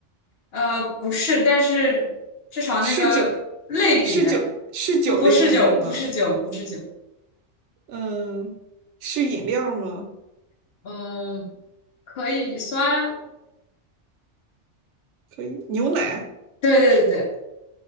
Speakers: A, on the left; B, on the right.
A: 呃，不是，但是至少那个类别，
B: 是酒，是酒，是酒类产品吗？
A: 不不是酒，不是酒，不是酒。
B: 嗯，是饮料吗？
A: 嗯，可以酸。
B: 可以，牛奶。
A: 对对对对，